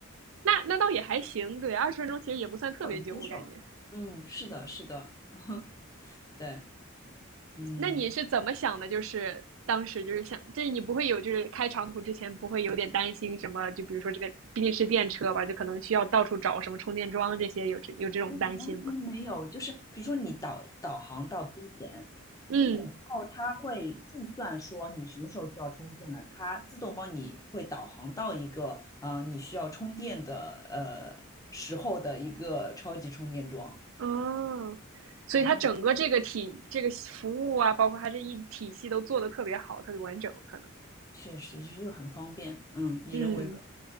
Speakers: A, on the right (about 65°); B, on the left (about 15°).
A: 那那倒也还行，对，二十分钟其实也不算特别久，
B: 我能接受。
A: 我感觉。
B: 嗯，是的，是的，<laughs> 对，嗯，
A: 那你是怎么想的？就是当时就是想，就是你不会有就是开长途之前不会有点担心什么？就比如说这个毕竟是电车吧，就可能需要到处找什么充电桩这些，有这有这种担心吗？
B: 哦，完全没有，就是比如说你导导航到 B 点
A: 嗯
B: ，B 点之后它会计算说你什么时候需要充电了，它自动帮你会导航到一个呃你需要充电的呃时候的一个超级充电桩，
A: 哦，所以它整个这个体这个服务啊，
B: 还是很
A: 包括它这一体系都做的特别好，特别完整，可能。
B: 确实是又很方便，嗯，以人为本，
A: 嗯，